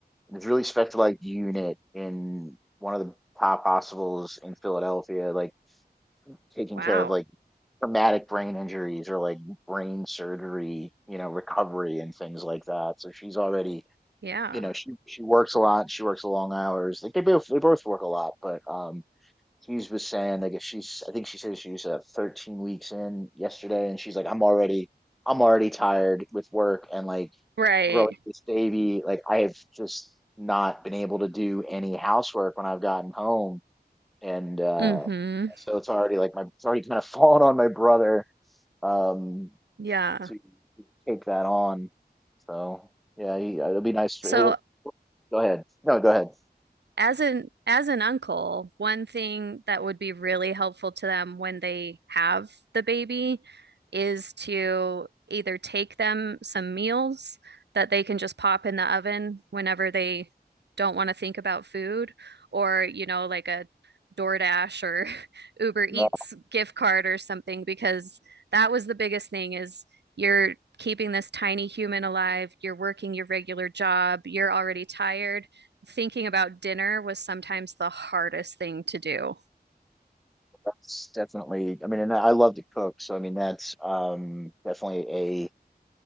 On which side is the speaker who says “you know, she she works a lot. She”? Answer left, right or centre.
Centre